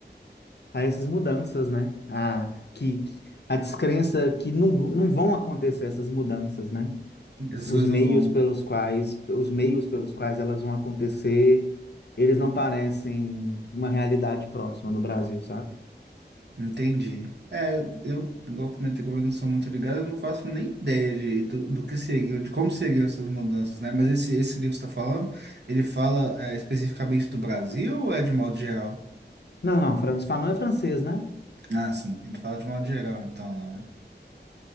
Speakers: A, on the left; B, on the right.
A: a essas mudanças, né? A, que, que- a descrença que não, não vão acontecer essas mudanças, né?
B: Essas
A: os
B: coisas
A: meios
B: não vão.
A: pelos quais, os meios pelos quais elas vão acontecer, eles não parecem uma realidade próxima no Brasil, sabe?
B: Entendi. É, eu, igual comentei, como eu não sou muito ligado, eu não faço nem ideia de, do, do que seguiu, de como seguiu essas mudanças, né? Mas esse, esse livro que você está falando, ele fala é, especificamente do Brasil ou é de modo geral?
A: Não, não, Franz Fanon é francês, né?
B: Ah, sim, ele fala de modo geral, então, né?